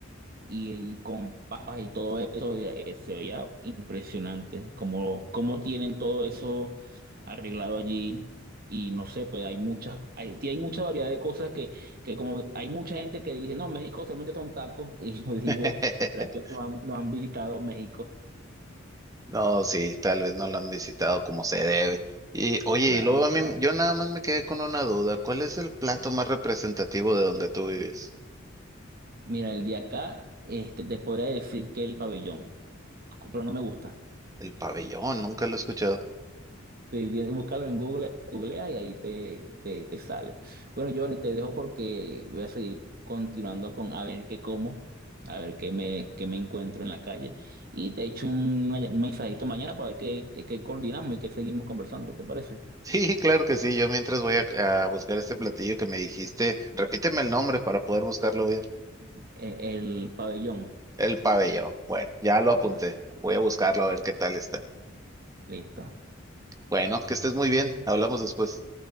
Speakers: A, on the right; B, on the right.
A: y, y con papas y todo eso, y, eh, se veía impresionante cómo, cómo tienen todo eso arreglado allí. Y no sé, pero hay muchas, hay, sí hay mucha variedad de cosas que, que como hay mucha gente que dice, no, México solamente son tacos, <laughs> y yo digo,
B: <laughs>
A: ¿será que no han, no han visitado México?
B: No, sí, tal vez no la han visitado como se debe. Y oye,
A: Claro,
B: y luego a mí,
A: claro.
B: yo nada más me quedé con una duda. ¿Cuál es el plato más representativo de donde tú vives?
A: Mira, el de acá, este, te podría decir que el pabellón, pero no me gusta.
B: El pabellón, nunca lo he escuchado. <laughs>
A: Sí, bien, búscalo en Google, googlea y ahí te, te, te sale. Bueno, Giovanni, te dejo porque voy a seguir continuando con a ver qué como, a ver qué me, qué me encuentro en la calle. Y te echo un, un mensajito mañana para ver qué, qué, qué coordinamos y qué seguimos conversando, ¿te parece?
B: Sí, claro que sí. Yo mientras voy a, a buscar este platillo que me dijiste, repíteme el nombre para poder buscarlo bien.
A: E- El, pabellón.
B: El pabellón. Bueno, ya lo
A: Ah,
B: apunté. Voy a buscarlo a ver qué tal está.
A: listo.
B: Bueno, que estés muy bien. Hablamos después.